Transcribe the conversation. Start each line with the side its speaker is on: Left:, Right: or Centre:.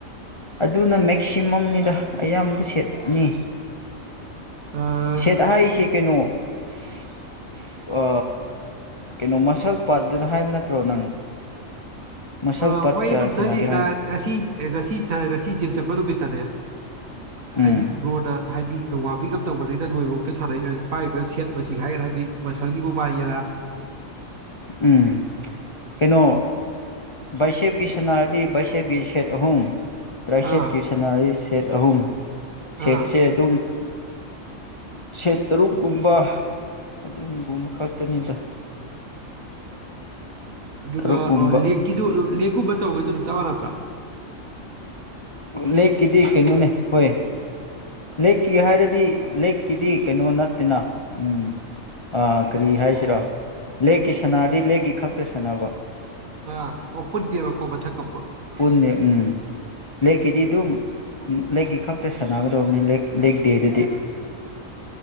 Left: ꯑꯗꯨꯅ ꯃꯦꯛꯁꯤꯃꯝꯅꯤꯗ ꯑꯌꯥꯝꯕ ꯁꯦꯠꯅꯤ
Right: ꯑꯥ
Left: ꯁꯦꯠ ꯍꯥꯏꯁꯦ ꯀꯩꯅꯣ <unintelligible> ꯑ ꯀꯩꯅꯣ ꯃꯁꯜ ꯄꯥꯠꯇꯅ ꯍꯥꯏꯕ ꯅꯠꯇ꯭ꯔꯣ ꯅꯪ ꯃꯁꯜ
Right: ꯑ
Left: ꯄꯥꯠ
Right: ꯍꯣꯏ
Left: ꯀꯌꯥ
Right: ꯑꯗꯨꯝ
Left: ꯁꯥꯟꯅꯒꯦ ꯍꯥꯏꯕ
Right: ꯉꯁꯤ ꯉꯁꯤꯁꯤ ꯁꯤꯖꯤꯞ ꯆꯄ ꯑꯗꯨꯨ ꯄꯤ ꯇꯗꯦ
Left: ꯎꯝ
Right: ꯍꯥꯏꯗꯤ ꯕ꯭ꯔꯣꯗ ꯍꯥꯏꯗꯤ ꯋꯥꯕꯤꯒꯝ ꯇꯧꯕꯗꯩꯗ ꯂꯣꯏꯕꯕꯨꯥꯎꯛꯇꯩ ꯄꯥꯏꯔꯤꯕ ꯁꯦꯠ ꯃꯁꯤꯡ ꯍꯥꯏꯒꯅ ꯍꯥꯏꯗꯤ ꯃꯁꯜꯒꯤ ꯃꯨꯕꯥꯏꯒꯤꯔ
Left: ꯎꯝ ꯀꯩꯅꯣ ꯕꯥꯏꯁꯦꯞꯀꯤ ꯁꯅꯥꯔꯗꯤ ꯕꯥꯏꯁꯦꯞꯀꯤ ꯁꯦꯠ ꯑꯍꯨꯝ ꯇ꯭ꯔꯥꯏꯁꯦꯠꯀꯤ
Right: ꯑꯥ
Left: ꯁꯅꯥꯔꯗꯤ ꯁꯦꯠ ꯑꯍꯨꯝ ꯁꯦꯠꯁꯦ
Right: ꯑꯥ
Left: ꯑꯗꯨꯝ ꯁꯦꯠ ꯇꯔꯨꯛꯀꯨꯝꯕ ꯑꯗꯨꯝꯕꯨꯝ ꯈꯛꯇꯅꯤꯗ꯫
Right: ꯑꯗꯨꯒ
Left: ꯇꯔꯨꯛꯀꯨꯝꯕ
Right: ꯑꯣ ꯂꯤꯛꯀꯤꯖꯨ ꯂꯤꯒ ꯎꯕ ꯇꯧꯕꯩꯖꯨ ꯑꯗꯨꯝ ꯆꯞ ꯃꯥꯟꯅ
Left: ꯂꯤꯛ ꯀꯤꯗꯤ ꯀꯩꯅꯣꯅꯦ ꯍꯣꯏ ꯂꯦꯛꯀꯤ ꯍꯥꯏꯔꯗꯤ ꯂꯦꯛꯀꯤꯗꯤ ꯀꯩꯅꯣ ꯅꯠꯇꯦꯅ ꯎꯝ ꯑꯥ ꯀꯔꯤ ꯍꯥꯏꯁꯤꯔ ꯂꯦꯛꯀꯤ ꯁꯥꯟꯅꯔꯗꯤ ꯂꯦꯛꯀꯤ ꯈꯛꯇ ꯁꯥꯟꯅꯕ꯫
Right: ꯑ ꯑꯣ ꯄꯨꯟꯗꯦꯕꯀꯣ ꯃꯊꯛꯀ ꯄꯨꯟ
Left: ꯄꯨꯟꯅꯤ ꯎꯝ ꯂꯦꯛꯀꯤꯗꯤ ꯑꯗꯨꯝ ꯂꯦꯛꯀꯤ ꯈꯛꯇ ꯁꯥꯟꯅꯕꯗ ꯂꯦꯛ ꯂꯦꯛ ꯗꯦꯗꯗꯤ